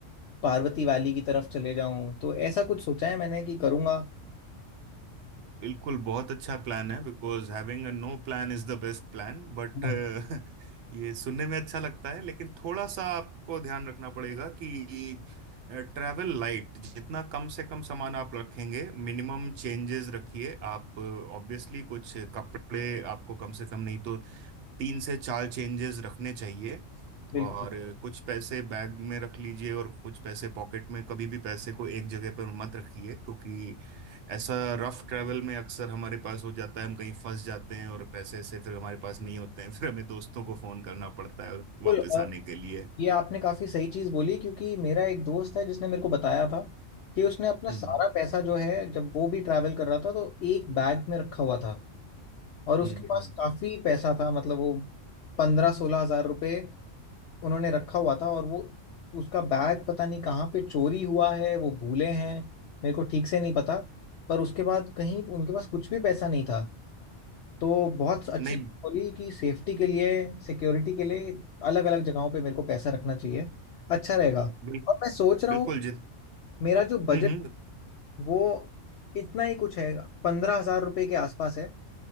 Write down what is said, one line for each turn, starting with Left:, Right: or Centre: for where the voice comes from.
Left: पार्वती वैली की तरफ चले जाऊं तो ऐसा कुछ सोचा है मैंने कि करूंगा
Right: बिल्कुल बहुत अच्छा प्लान है Because having a no plan is the best plan but
Left: हाँ।
Right: <laughs> ये सुनने में अच्छा लगता है लेकिन थोड़ा सा आपको ध्यान रखना पड़ेगा कि ट्रैवल लाइट जितना कम से कम सामान आप रखेंगे मिनिमम चेंजेस रखिए आप ऑब्वियसली कुछ कपड़े आपको कम से कम नहीं तो तीन से चार चेंजेस रखने चाहिए
Left: बिल्कुल
Right: और कुछ पैसे बैग में रख लीजिए और कुछ पैसे पॉकेट में कभी भी पैसे को एक जगह पर मत रखिए क्योंकि ऐसा रफ ट्रैवल में अक्सर हमारे पास हो जाता है हम कहीं फंस जाते हैं और पैसे से फिर हमारे पास नहीं होते हैं <laughs> फिर हमें दोस्तों को फोन करना पड़ता है और वापस
Left: बिल्कुल और
Right: आने के लिए
Left: ये आपने काफी सही चीज बोली क्योंकि मेरा एक दोस्त है जिसने मेरे को बताया था कि उसने अपना
Right: हम्म
Left: सारा
Right: हम्म
Left: पैसा जो है जब वो भी ट्रैवल कर रहा था तो एक बैग में रखा हुआ था और उसके
Right: हम्म
Left: पास
Right: हम्म।
Left: काफी पैसा था मतलब वो पंद्रह सोलह हजार रुपए उन्होंने रखा हुआ था और वो उसका बैग पता नहीं कहाँ पे चोरी हुआ है वो भूले हैं मेरे को ठीक से नहीं पता पर उसके बाद कहीं उनके पास कुछ भी पैसा नहीं था तो बहुत अच्छी
Right: नहीं
Left: चीज़ बोली कि सेफ्टी के लिए सिक्योरिटी के लिए अलग अलग जगहों पे मेरे को पैसा रखना चाहिए अच्छा रहेगा
Right: बिल,
Left: और मैं सोच रहा
Right: बिल्कुल
Left: हूँ
Right: जित
Left: मेरा जो
Right: हम्म
Left: बजट
Right: हम्म
Left: वो इतना ही कुछ है पंद्रह हजार रुपये के आसपास है